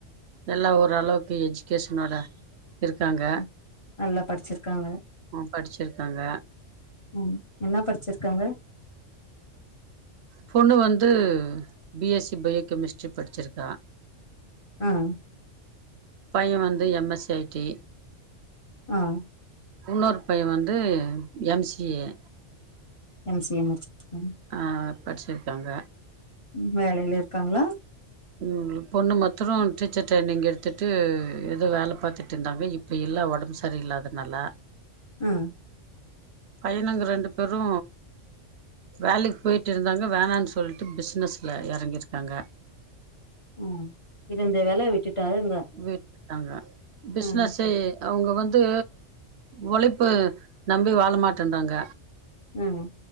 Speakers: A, on the right; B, on the left.
A: எல்லா ஓரளவுக்கு எஜுகேஷனோட இருக்காங்க
B: ம் நல்லா படிச்சிருக்காங்க
A: படிச்சிருக்காங்க
B: ம் என்ன படிச்சிருக்காங்க
A: பொண்ணு வந்து பி எஸ் சி பயோகெமிஸ்ட்ரி படுச்சிருக்கா
B: ம்
A: பைய வந்து M S C I T
B: ம்
A: இன்னொரு பைய வந்து M C A
B: M C A முடுச்சிட் <unintelligible>
A: ஆ படுச்சிருக்காங்க
B: ம் வேலைல இருக்காங்களா
A: ம் பொண்ணு மத்தரொ டீச்சர் ட்ரைனிங் எடுத்துட்டு எதோ வேல பாத்துட்டு இருந்தாங்க இப் இப்ப இல்ல உடம்பு சரியில்லாதனால
B: ம்
A: பையனுங்க ரெண்டு பேரு வேலைக்கு போய்ட்டு இருந்தாங்க வேணான்னு சொல்ட்டு பிஸ்னஸ்ல எறங்கியிருக்காங்க
B: ம் இருந்த வேல விட்டுட்டாருங்க
A: விட்டுட்டாங்க பிசினஸ்ஸு
B: ம் ம்
A: அவங்க வந்து ஒழைப்பு நம்பி வாழ மாட்டேன்றாங்க
B: ம்